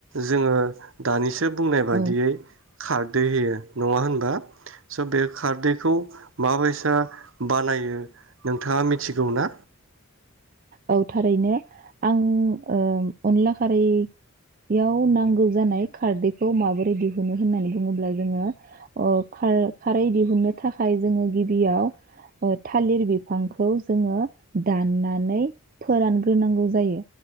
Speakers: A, on the right; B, on the right.
A: जोङो दानिसो बुं बियै
B: औ
A: खारदै होयो नङा होनबा स' बे खारदैखौ माबायसा बानायो? नोंथाङा मिथिगौ ना?
B: औ थारैनो आं ओ अनला खारैयाव नांगौ जानाय खारदैखौ माबोरै दिहुनो होननानै बुङोब्ला जोङो ओ खार - खारै दिहुननो थाखाय जोङो गिबियाव थालिर बिफांखौ जोङो दाननानै फोरानग्रोनांगौ जायो